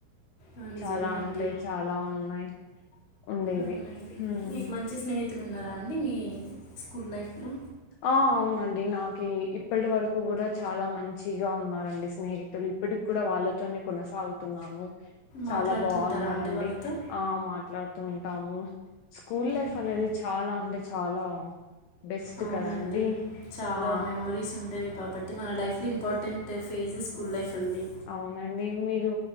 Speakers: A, on the left; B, on the left.
A: ఆ, నిజమే
B: చాలా ఉంటాయి,
A: అండి
B: చాలా ఉన్నాయి. మ ఉండేవి
A: అవునండి
B: హ్మ్మ్
A: మీకు మంచి స్నేహితులు ఉన్నారా అండి మీ స్కూల్ లైఫ్లో
B: ఆ అవునండి నాకి ఇప్పటి వరకు కూడా చాలా మంచిగా ఉన్నారండి స్నేహితులు. ఇప్పటికి కూడా వాళ్ళతోనే కొనసాగుతున్నాను. చాలా
A: మాట్లాడుతుంటారా
B: బావున్నారండి
A: అండి వాళ్ళతో
B: ఆ మాట్లాడు ఉంటామూ స్కూల్ లైఫ్
A: ఉమ్,
B: అనేది చాలా ఉండ చాలా బెస్ట్
A: అవునండి
B: కదండి
A: చాలా
B: ఆ
A: మెమరీస్ ఉంటాయి. కాబట్టి మన లైఫ్ లో ఇంపార్టెంట్ ఫేజ్ స్కూల్ లైఫ్ అండి
B: అవును అండి మీరు